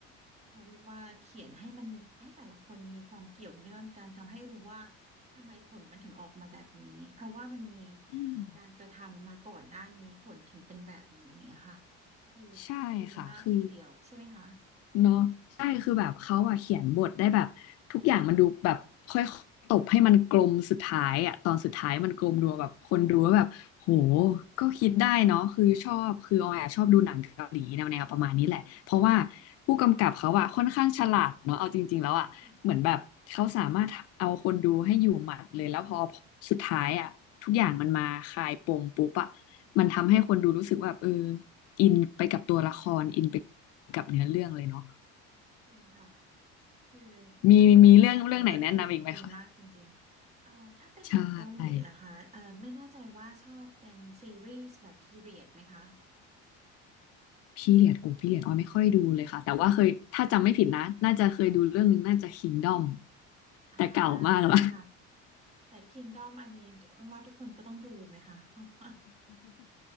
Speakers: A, on the right; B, on the left.
A: เขาเรียกว่าเขียนให้มันให้แต่ละคนมีความเกี่ยวเนื่องกันทำให้รู้ว่าทำไมผลมันถึงออกมาแบบนี้เพราะว่ามันมี
B: อืม
A: การกระทำมาก่อนหน้านี้ผลถึงเป็นแบบนี้อย่างเงี้ยค่ะคือ
B: ใช่ค่ะคือ
A: ดีมากทีเดียวใช่ไหมคะ
B: เนาะใช่คือแบบเขาอะเขียนบทได้แบบทุกอย่างมันดูแบบค่อยๆตบให้มันกลมสุดท้ายอะตอนสุดท้ายมันกลมดูแบบคนดูว่าแบบโห
A: ใช่ค่ะ
B: ก็คิดได้เนาะคือชอบคือออยอะชอบดูหนังเกาหลีแนวแนวประมาณนี้แหละเพราะว่าผู้กำกับเขาอะค่อนข้างฉลาดเนาะเอาจริงๆแล้วอะเหมือนแบบเขาสามารถเอาคนดูให้อยู่หมัดเลยแล้วพอ
A: ค่ะ
B: สุดท้ายอะทุกอย่างมันมาคลายปมปุ๊บอะมันทำให้คนดูรู้สึกว่าแบบเออ อินไปกับตัวละครอินไปกับเนื้อเรื่องเลยเนาะ
A: จริงค่ะ คือ
B: มีมีเรื่องเรื่องไหนแนะนำอีกไหมคะ
A: นักแสดงแต่ละคนก็ดีดีมากจริงๆเอ่อถ้าเป็นหนังเกาหลีล่ะคะเอ่อไม่แน่ใจว่าชอบเป็นซีรีส์แบบพีเรียดไหมคะ
B: ใช่พี่เลียดโอ้พี่เลียดออยไม่ค่อยดูเลยค่ะแต่ว่าเคยถ้าจำไม่ผิดนะน่าจะเคยดูเรื่องหนึงน่าจะ
A: ไม่ค่อยค่ะ
B: Kingdom
A: อ่า
B: แต่เก่ามากแล้ว
A: ค่ะ แต่ Kingdom อันนี้ว่าทุกคนก็ต้องดูไหมคะ <laughs>